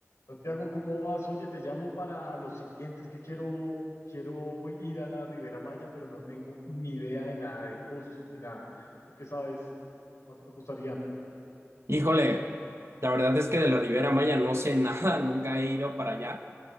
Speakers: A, on the left (about 80°); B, on the right (about 60°).
A: Santiago, ¿cómo vas? Oye, te llamo para los siguientes que quiero, quiero ir a la Ribera Maya, pero no tengo ni idea de nada, de costos ni nada. ¿Tú qué sabes? ¿Cuánto me costaría?
B: Híjole, la verdad es que de la Riviera Maya no sé nada, <laughs> nunca he ido para allá,